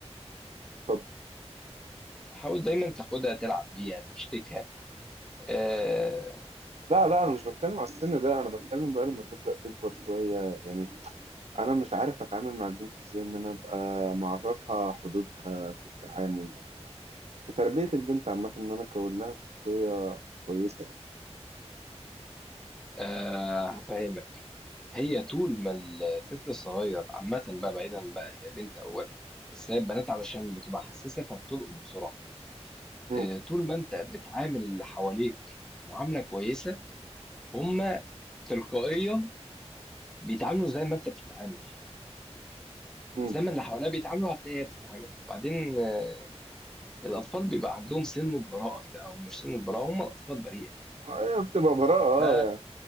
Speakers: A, on the right (about 75°); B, in the centre.
A: طب
B: حاول دايما تاخدها تلعب بيها تشتكها آه،
A: لا لا انا مش بتكلم على السن ده انا بتكلم بقى لما تبدأ تكبر شوية يعني انا مش عارف اتعامل مع البنت ازاي ان انا ابقى معرفها حدودها في التعامل في تربية البنت عامة ان انا اكون لها شخصية كويسة يعني
B: آه، هفهمك هي طول ما الطفل الصغير عامة بقى بعيدا بقى هي بنت او ولد بس هي البنات علشان بتبقى حساسة فبتلقط بسرعة
A: امم
B: آه، طول ما انت بتعامل اللي حواليك معاملة كويسة هما تلقائيا بيتعاملوا زي ما انت بتتعامل
A: امم
B: زي ما اللي حواليها بيتعاملوا هتلاقي هي بتتعامل وبعدين آه، الأطفال بيبقى عندهم سِنّة براءة كده، أو مش سِنّة براءة، هُم الأطفال بريئة،
A: هي بتبقى براءة اه
B: ف
A: يعني